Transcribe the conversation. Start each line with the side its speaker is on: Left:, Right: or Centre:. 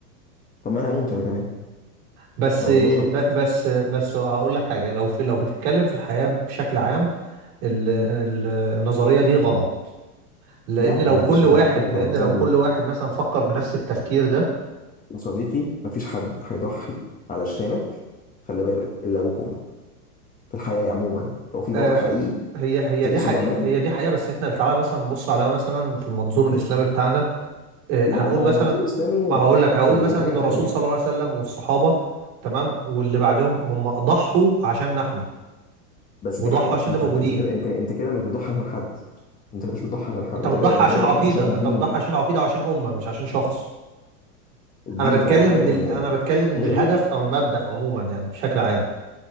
Left: طب ما انا هموت انا كمان
Right: بس
Left: وانا مش بشر
Right: ب- بس بس هقول لك حاجه لو في لو بتتكلم في الحياه بشكل عام ال- ال- النظريه دي غلط لان
Left: لا
Right: لو
Left: ما
Right: كل
Left: انتش فاهم
Right: واحد
Left: انت كده فهمتني
Right: لان لو كل واحد مثلا فكر بنفس التفكير ده
Left: يا صديقي ما فيش حد هيضحي علشانك خلي بالك الا ابوك وامك في الحياه عموما لو في
Right: آه،
Left: بطل حقيقي
Right: هي هي
Left: زي
Right: دي
Left: سوبرمان
Right: حقيقه هي دي حقيقه بس احنا تعالى مثلا نبص على مثلا في المنظور الاسلامي بتاعنا آه،
Left: لا
Right: هنقول
Left: ما
Right: مثلا
Left: هو منظور اسلامي
Right: ما هقول لك هقول
Left: إيه،
Right: مثلا
Left: حاجه
Right: ان
Left: تانية
Right: الرسول صلى الله عليه وسلم والصحابه تمام واللي بعدهم هم ضحوا عشاننا احنا
Left: بس
Right: وضحوا
Left: دي حاجه
Right: عشان
Left: انت
Right: اللي
Left: انت
Right: موجودين
Left: انت كده انت انت كده مش بتضحي عشان حد انت مش بتضحي عشان حد
Right: انت
Left: انت
Right: بتضحي
Left: كده انت
Right: عشان
Left: كده بتضحي
Right: عقيده
Left: عشان الدين
Right: انت بتضحي عشان عقيده وعشان امه مش عشان شخص
Left: الدين
Right: انا بتكلم
Left: اه حاجه
Right: ان
Left: تانية
Right: ال... انا
Left: هنا
Right: بتكلم ان
Left: غير
Right: الهدف او المبدأ عموما يعني بشكل عام